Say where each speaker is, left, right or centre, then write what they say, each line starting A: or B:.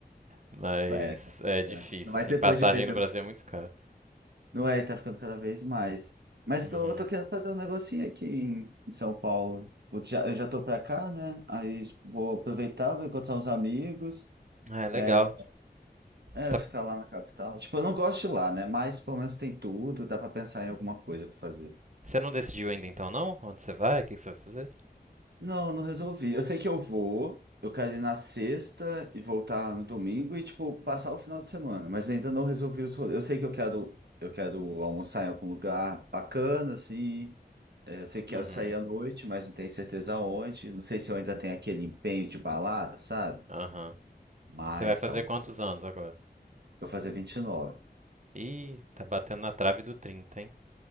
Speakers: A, on the right (about 45°); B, on the right (about 75°).
A: Mas
B: É, é,
A: é difícil,
B: mas
A: assim.
B: depois
A: Passagem
B: de perder.
A: no Brasil
B: uns-
A: é muito cara.
B: Não é, tá ficando cada vez mais. Mas
A: Uhum.
B: tô, tô querendo fazer um negocinho aqui em, em São Paulo. Tipo, já, eu já tô pra cá, né? Aí tipo, vou aproveitar, vou encontrar uns amigos.
A: Ah, é legal.
B: É, é,
A: Tá-
B: ficar lá na capital. Tipo, eu não gosto de lá, né? Mas pelo menos tem tudo, dá pra pensar em alguma coisa pra fazer.
A: Você não decidiu ainda então, não? Onde você vai? O que que você vai fazer?
B: Não, não resolvi. Eu sei que eu vou, eu quero ir na sexta e voltar no domingo e, tipo, passar o final de semana, mas ainda não resolvi os rolês. Eu sei que eu quero, eu quero almoçar em algum lugar bacana, assim. É, Eu sei que
A: Uhum.
B: quero sair à noite, mas não tenho certeza onde. Não sei se eu ainda tenho aquele empenho de balada, sabe?
A: Aham.
B: Mas
A: Você vai fazer
B: tal.
A: quantos anos agora?
B: Eu vou fazer 29.
A: Ih, tá batendo na trave do 30, hein?